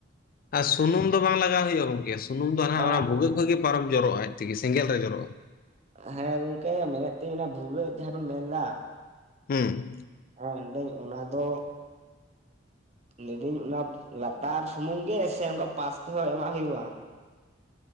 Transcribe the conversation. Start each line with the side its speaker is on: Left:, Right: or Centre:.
Left: ᱟᱨ ᱥᱩᱱᱩᱢ ᱫᱚ ᱵᱟᱝ ᱞᱟᱜᱟᱣ ᱦᱩᱭᱩᱜ-ᱟ ᱜᱚᱝᱠᱮ ᱥᱩᱱᱩᱢ ᱫᱚ ᱦᱟᱸᱜ
Right: ᱵᱟ
Left: ᱚᱱᱟ ᱵᱷᱩᱜᱟᱹᱜ ᱠᱷᱚᱡᱜ ᱜᱮ ᱯᱟᱨᱚᱢ ᱡᱚᱨᱚᱜ-ᱟ ᱟᱡ ᱛᱮᱜᱮ ᱥᱮᱸᱜᱮᱞ ᱨᱮ ᱡᱚᱨᱚᱜ-ᱟ᱾
Right: ᱦᱮᱸ ᱜᱚᱝᱠᱮ ᱢᱮᱱᱮᱫ ᱛᱟᱦᱤᱤᱧ ᱵᱷᱩᱜᱟᱹᱜ ᱡᱟᱦᱟᱸ ᱵᱮᱱ ᱢᱮᱱ ᱫᱟ,
Left: ᱦᱩᱸ,
Right: ᱦᱮᱸ ᱢᱮᱱᱫᱟᱹᱧ ᱚᱱᱟ ᱫᱚ ᱞᱟᱹᱭᱫᱟᱹᱧ ᱚᱱᱟ ᱞᱟᱛᱟᱨ ᱥᱩᱢᱩᱝ ᱜᱮ ᱥᱮ ᱚᱱᱠᱟ ᱯᱟᱥ ᱛᱮᱦᱚᱸ ᱮᱢᱟᱜ ᱦᱩᱭᱩᱜᱼᱟ᱾